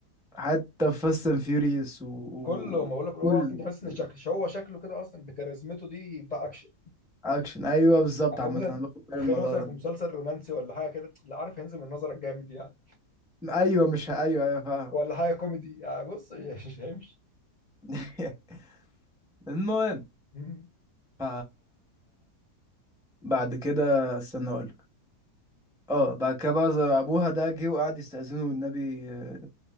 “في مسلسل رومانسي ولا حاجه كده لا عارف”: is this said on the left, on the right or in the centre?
Left